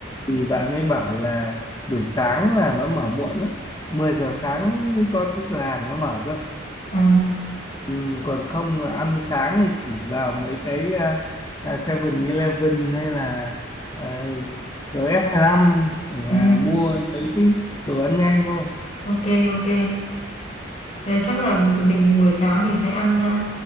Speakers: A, on the left; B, on the left.
A: thì bạn ấy bảo là buổi sáng là nó mở muộn lắm 10 giờ sáng mới có cái cửa hàng nó mở cơ
B: ờ,
A: Ừ, còn không mà ăn sáng thì chỉ vào mấy cái ờ, ờ, Seven Eleven hay là à, gs lăm để
B: ừ,
A: mà mua mấy cái đồ ăn nhanh thôi
B: ok ok Ờ, chắc là mình buổi sáng mình sẽ ăn à,